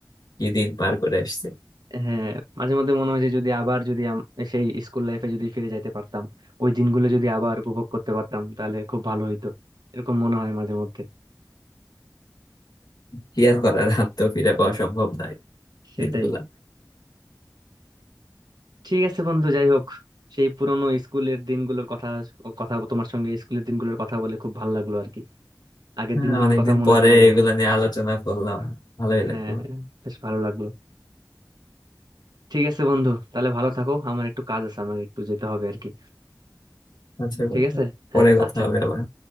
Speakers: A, on the left; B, on the right.
A: কি দিন পার করে এসেছে
B: হ্যাঁ মাঝে মধ্যে মনে হয় যে যদি আবার যদি আম- সেই স্কুল লাইফে যদি ফিরে যাইতে পারতাম ওই দিনগুলো যদি আবার উপভোগ করতে পারতাম তাহলে খুব ভালো হইতো এরকম মনে হয় মাঝে মধ্যে
A: কি আর করার হাত তো ফিরে পাওয়া সম্ভব নাই
B: সেটাই
A: দিনগুলা
B: ঠিক আছে বন্ধু যাই হোক সেই পুরনো স্কুলের দিনগুলোর কথা কথা তোমার সঙ্গে স্কুলের দিনগুলোর কথা বলে খুব ভালো লাগলো আর কি আগের
A: হ্যাঁ
B: দিনগুলোর
A: অনেকদিন
B: কথা মনে
A: পরে
B: পড়ে গেল
A: এগুলা নিয়ে আলোচনা করলাম ভালোই লাগলো
B: হ্যাঁ বেশ ভালো লাগলো ঠিক আছে বন্ধু তাহলে ভালো থাকো আমার একটু কাজ আছে আমাকে একটু যেতে হবে আর কি
A: আচ্ছা
B: ঠিক
A: বন্ধু,
B: আছে হ্যাঁ
A: পরে কথা
B: আচ্ছা
A: হবে আবার